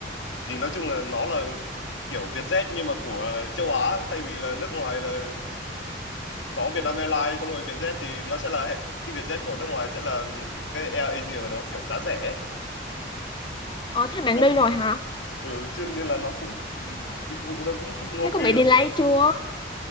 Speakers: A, on the left; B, on the left.
A: thì nói chung là nó là kiểu Vietjet nhưng mà của ờ, châu Á thay vì là nước ngoài là có Vietnam Airlines xong rồi Vietjet thì nó sẽ là <laughs> cái Vietjet của nước ngoài sẽ là cái Air Asia đó kiểu giá rẻ ấy.
B: ờ thế bạn
A: nó
B: đi rồi hả
A: ừ, cho nên là nó cũng <laughs> dịch vụ nó cũng không
B: thế
A: ok
B: có
A: lắm
B: bị delay chưa